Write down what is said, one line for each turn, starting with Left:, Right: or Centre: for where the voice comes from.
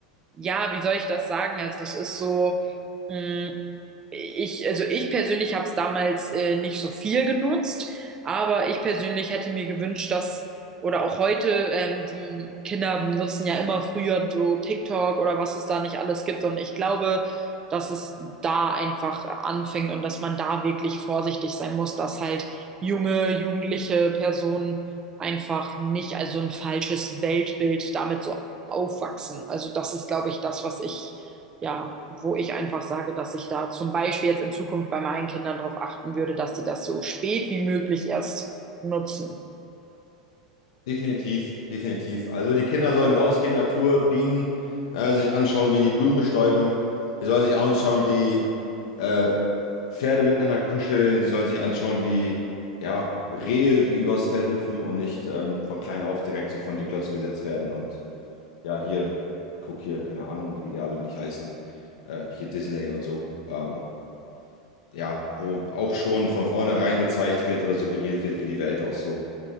Right: ja, wie soll ich das sagen? Also es ist so, mh, ich, also ich persönlich habe es damals äh, nicht so viel genutzt, aber ich persönlich hätte mir gewünscht, dass, oder auch heute, ähm, die Kinder nutzen ja immer früher so TikTok oder was es da nicht alles gibt. Und ich glaube, dass es da einfach anfängt und dass man da wirklich vorsichtig sein muss, dass halt junge, jugendliche Personen einfach nicht also ein falsches Weltbild damit so aufwachsen. Also das ist, glaube ich, das, was ich, ja, wo ich einfach sage, dass ich da zum Beispiel jetzt in Zukunft bei meinen Kindern darauf achten würde, dass sie das so spät wie möglich erst nutzen.
Left: Definitiv, definitiv. Also die Kinder sollen rausgehen, Natur, Bienen, äh, sich anschauen, wie die Blumen bestäuben. Die sollen sich anschauen, wie äh, Pferde miteinander kuscheln. Die sollen sich anschauen, wie ja, Rehe übers Feld hüpfen und nicht ähm, von klein auf direkt so von die Glotze gesetzt werden. Und ja, hier, guck hier, keine Ahnung, wie die alle nicht heißen. Äh, hier Disney und so. Ähm, ja, wo auch schon von vornherein gezeigt wird oder suggeriert wird, wie die Welt auch so